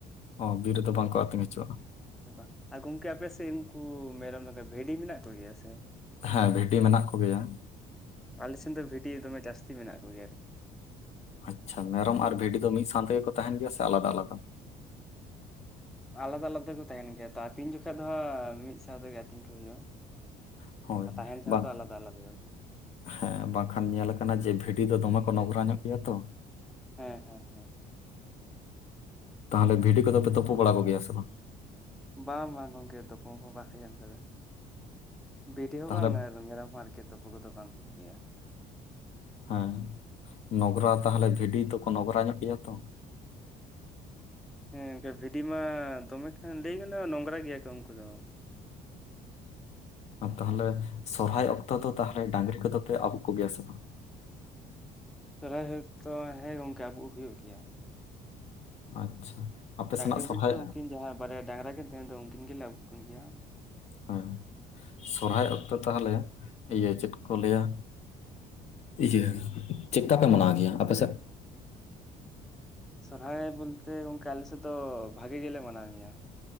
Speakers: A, on the left (about 50°); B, in the centre.
A: ᱚ ᱵᱤᱨ ᱨᱮ ᱫᱚ ᱵᱟᱝᱠᱚ ᱟ. ᱛᱤᱧ ᱦᱚᱪᱚᱣᱟᱜ-ᱟ᱾
B: ᱵᱟᱝ ᱟᱨ ᱜᱚᱝᱠᱮ ᱟᱯᱮ ᱥᱮᱫ ᱩᱱᱠᱩ ᱢᱮᱨᱚᱢ ᱵᱷᱤᱰᱤ ᱢᱮᱱᱟᱜ ᱠᱚᱜᱮᱭᱟ ᱥᱮ?
A: ᱦᱮᱸ ᱵᱷᱤᱰᱤ ᱢᱮᱱᱟᱜ ᱠᱚᱜᱮᱭᱟ᱾
B: ᱟᱞᱮ ᱥᱮᱱ ᱫᱚ ᱵᱷᱤᱰᱤ ᱫᱚᱢᱮ ᱡᱟᱹᱥᱛᱤ ᱢᱮᱱᱟᱜ ᱠᱚᱜᱮᱭᱟ᱾
A: ᱟᱪᱷᱟ ᱢᱮᱨᱚᱢ ᱟᱨ ᱵᱷᱤᱰᱤ ᱫᱚ ᱢᱤᱫ ᱥᱟᱶ ᱛᱮᱜᱮᱠᱚ ᱛᱟᱦᱮᱱ ᱜᱮᱭᱟ ᱥᱮ ᱟᱞᱟᱫᱟ-ᱟᱞᱟᱫᱟ?
B: ᱟᱞᱟᱫᱟ-ᱟᱞᱟᱫᱟ ᱛᱮᱠᱚ ᱛᱟᱦᱮᱱ ᱜᱮᱭᱟ ᱛᱚ ᱟᱹᱛᱤᱧ ᱡᱚᱠᱷᱟ ᱫᱚ ᱦᱟᱸᱜ ᱢᱤᱫ ᱥᱟᱶ ᱛᱮᱜᱮ ᱟᱹᱛᱤᱧ ᱠᱚ ᱦᱩᱭᱩᱜᱼᱟ᱾
A: ᱦᱚᱭ
B: ᱟᱨ ᱛᱟᱦᱮᱱ ᱴᱷᱟᱶ
A: ᱵᱟᱝ
B: ᱫᱚ ᱟᱞᱟᱫᱟ ᱟᱞᱟᱫᱟ ᱛᱟᱠᱚ᱾
A: ᱦᱮᱸ ᱵᱟᱝᱠᱷᱟᱱ ᱧᱮᱞ ᱟᱠᱟᱱᱟ ᱡᱮ ᱵᱷᱤᱰᱤ ᱫᱚ ᱫᱚᱢᱮ ᱠᱚ ᱱᱚᱝᱽᱨᱟ ᱧᱚᱜ ᱜᱮᱭᱟ ᱛᱚ᱾
B: ᱦᱮᱸ ᱦᱮᱸ ᱦᱮᱸ᱾
A: ᱛᱟᱦᱞᱮ ᱵᱷᱤᱰᱤ ᱠᱚᱫᱚᱯᱮ ᱛᱩᱯᱩ ᱵᱟᱲᱟ ᱠᱚᱜᱮᱭᱟ ᱥᱮ ᱵᱟᱝ?
B: <unintelligible> ᱵᱷᱤᱰᱤ ᱦᱚᱸ
A: ᱛᱟᱦᱚᱞᱮ
B: ᱵᱟᱝ ᱟᱨ ᱢᱮᱨᱚᱢ ᱦᱚᱸ ᱟᱨᱠᱤ ᱛᱩᱯᱩ ᱠᱚᱫᱚ ᱵᱟᱝ ᱦᱩᱭᱩᱜ ᱜᱮᱭᱟ᱾
A: ᱦᱮᱸ ᱱᱚᱜᱨᱟ ᱛᱟᱦᱞᱮ ᱵᱷᱤᱰᱤ ᱫᱚᱠᱚ ᱱᱚᱜᱨᱟ ᱧᱚᱜ ᱜᱮᱭᱟ ᱛᱚ᱾
B: ᱦᱮᱸ ᱜᱚ ᱵᱷᱤᱰᱤ ᱢᱟ ᱫᱚᱢᱮ ᱠᱷᱟᱱ ᱞᱟᱹᱭ ᱜᱟᱱᱚᱜᱼᱟ ᱱᱚᱝᱨᱟ ᱜᱮᱭᱟ ᱠᱚ ᱩᱱᱠᱩ ᱫᱚ᱾
A: ᱛᱟᱦᱚᱞᱮ ᱥᱚᱨᱦᱟᱭ ᱚᱠᱛᱚ ᱫᱚ ᱛᱟᱦᱚᱞᱮ ᱰᱟᱝᱨᱤ ᱠᱚᱫᱚ ᱯᱮ ᱟᱵᱩᱜ ᱠᱚᱜᱮᱭᱟ ᱥᱮ ᱵᱟᱝ?
B: ᱥᱚᱨᱦᱟᱭ ᱨᱮᱫᱚ ᱦᱮᱸ ᱜᱚᱝᱠᱮ ᱟᱵᱩᱜ ᱦᱩᱭᱩᱜ ᱜᱮᱭᱟ᱾
A: ᱟᱪᱪᱷᱟ᱾ ᱟᱯᱮ
B: ᱰᱟᱝᱨᱤ
A: ᱥᱮᱱᱟᱜ ᱥᱚᱨᱦᱟᱭ
B: ᱵᱚᱞᱛᱮ ᱩᱱᱠᱤᱱ ᱡᱟᱦᱟᱸᱭ ᱵᱟᱨᱭᱟ ᱰᱟᱝᱨᱟ ᱠᱤᱱ ᱛᱟᱦᱮᱸ ᱫᱚ ᱩᱱᱠᱤᱱ ᱜᱮᱞᱮ ᱟᱹᱵᱩᱜ ᱠᱤᱱ ᱜᱮᱭᱟ᱾
A: ᱦᱚᱭ ᱥᱚᱨᱦᱟᱭ
B: ᱦᱳᱭ
A: ᱚᱠᱛᱚ ᱛᱟᱦᱚᱞᱮ ᱤᱭᱟᱹ ᱪᱮᱫ ᱠᱚ ᱞᱟᱹᱭᱟ ᱤᱭᱟᱹ ᱪᱮᱫᱠᱟ ᱯᱮ ᱢᱟᱱᱟᱣ ᱜᱮᱭᱟ ᱟᱯᱮᱥᱮᱫ?
B: ᱥᱚᱨᱦᱟᱭ ᱵᱚᱞᱛᱮ ᱜᱚᱝᱠᱮ ᱟᱞᱮ ᱥᱮᱫ ᱫᱚ ᱵᱷᱟᱜᱤ ᱜᱮᱞᱮ ᱢᱟᱱᱟᱣ ᱜᱮᱭᱟ᱾